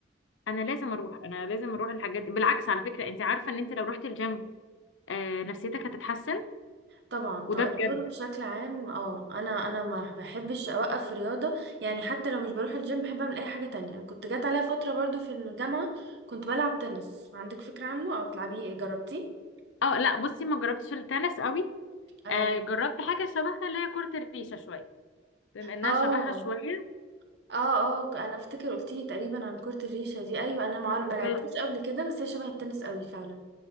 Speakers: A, on the left (about 90°); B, on the right (about 60°).
A: انا لازم اروح انا لازم اروح الحاجات دي بالعكس على فكره انت عارفه ان انت لو رحتي الجيم آه نفسيتك هتتحسن
B: طبعا طيب
A: وده بجد
B: الرياضه بشكل عام اه انا انا ما بحبش اوقف رياضه يعني حتى لو مش بروح الجيم بحب اعمل اي حاجه تانية كنت جات عليا فتره برضو في الجامعه كنت بلعب تنس عندك فكره عنه او بتلعبيه إيه؟ جربتيه
A: اه لا بصي ما جربتش التنس قوي
B: اه
A: آه جربت حاجه شبهها اللي هي كره الريشه شويه بما انها
B: اه
A: شبهها شويه
B: اه اه انا افتكر قلتيلي تقريبا عن كرة الريشة دي ايوه انا ما عار- ما لعبتهاش
A: بس
B: قبل كده بس هي شبه التنس قوي فعلا